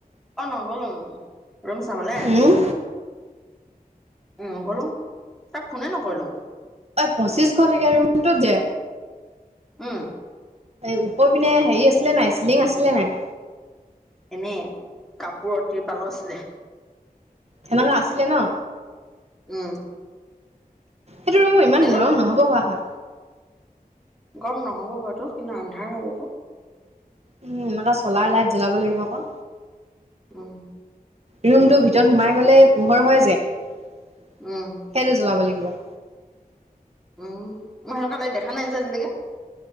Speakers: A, in the centre; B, on the right.
A: অ' নগ'লো ৰুম চাবালে।
B: উম
A: উম গলো তাক ফোনে নকৰি লোং।
B: পঁচিশশ টককা ৰুমটো যে।
A: উম।
B: এই উপৰ পিনে হেৰি আছিলে নাই চিলিং আছিলে নাই।
A: এনেই কাপোৰ টিৰ পালৰ আছিলে।
B: সনেকুৱা আছিলে ন।
A: উম।
B: সেইটো ৰুমো ইমান
A: কেলে
B: গৰম নহব খোৱা খা।
A: গম নহ'ব বতটো কিন্তু আন্ধাৰ হ'বক।
B: উম এনেকুৱা চলাৰ লাইট জ্বলাব লাগিব ক।
A: উম।
B: ৰুমটো ভিতৰত সোমাই গলে পোহৰ হয় যে সেইটো
A: উম
B: জ্বলাব লাগিব
A: উম মাহুৰ কালৈ দেখা নাই যে আজিলেকে